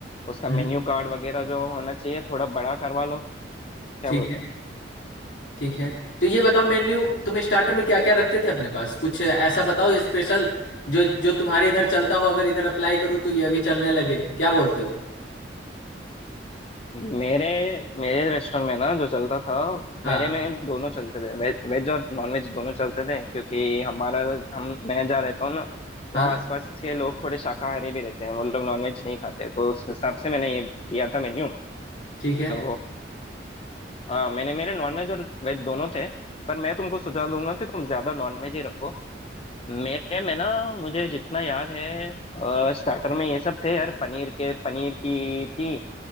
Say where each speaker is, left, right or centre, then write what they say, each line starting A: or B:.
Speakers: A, on the left (about 30°); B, on the left (about 80°).
A: उसका
B: हम्म
A: मेन्यू कार्ड वगैरह जो होना चाहिए थोड़ा बड़ा करवा लो क्या
B: ठीक
A: बोलते
B: है
A: हो
B: ठीक है तो ये बताओ मेन्यू तुम स्टार्टर में क्या क्या रखते थे अपने पास कुछ ऐसा बताओ स्पेशल जो जो तुम्हारे इधर चलता हो अगर इधर अप्लाई करूँ तो ये भी चलने लगे क्या बोलते हो
A: मेरे मेरे रेस्टोरेंट में ना जो चलता था
B: हाँ
A: मेरे में दोनों चलते थे वेज वेज और नॉन वेज दोनों चलते थे क्योंकि हमारा हम मैं जहाँ रहता हूँ ना
B: हाँ
A: वहाँ आसपास के लोग थोड़े शाकाहारी भी रहते हैं वो लोग नॉन वेज नहीं खाते तो उस हिसाब से मैंने ये किया था मेन्यू
B: ठीक है
A: तो हाँ मैंने मेरे नॉन वेज और वेज दोनों थे पर मैं तुमको सुझाव दूंगा कि तुम ज्यादा नॉन वेज ही रखो मेरे में ना मुझे जितना याद है स्टार्टर में ये सब थे यार पनीर के पनीर की थी